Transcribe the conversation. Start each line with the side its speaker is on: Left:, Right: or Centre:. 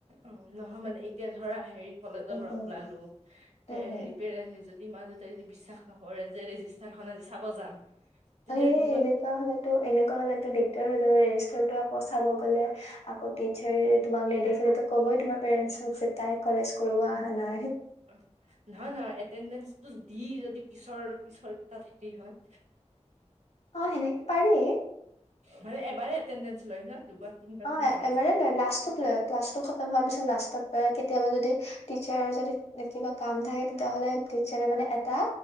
Right: অ'! নহয় মানে, এতিয়া ধৰা হেৰি কলেজৰ
Left: উম
Right: পৰা
Left: উম
Right: ওলালোঁ। হে
Left: উম
Right: -
Left: উম
Right: হেৰি পেৰে যদি মা তাই যদি বিশ্বাস নকৰে যে, ৰেজিষ্টাৰখন আজি চাব যাম। তেতিয়া
Left: এ,
Right: দিব
Left: এনেকুৱা
Right: নে
Left: হ'লেতো এনেকুৱা হ'লেতো দিগদাৰ হৈ যাব ৰে <unintelligible> টো আকৌ চাব গ'লে, আকৌ টিচাৰ তোমাক নেদেখিলে তো' ক'বই, তোমাৰ পেৰেণ্ন্টছ হক যে তাই কলেজ কৰিব আহা নাই।
Right: অ' নহয়, নহয়। এটেনডেঞ্চটো দি যদি পিছৰ - পিছৰ তাত হেৰি হয়।
Left: অ'! সেনেকে পাৰি।
Right: মানে, এবাৰে এটেণ্ডেঞ্চ লয় ন'? দুবাৰ তিনিবাৰটো
Left: অ'
Right: নলয়
Left: এবাৰে লয়। লাষ্টত লয়, ক্লাছটো খতম হোৱাৰ পিছত লাষ্টত লয় কেতিয়াবা যদি, টিচাৰৰ যদি কিবা কাম থাকে। তেতিয়াাহ'লে টিচাৰে মানে এটা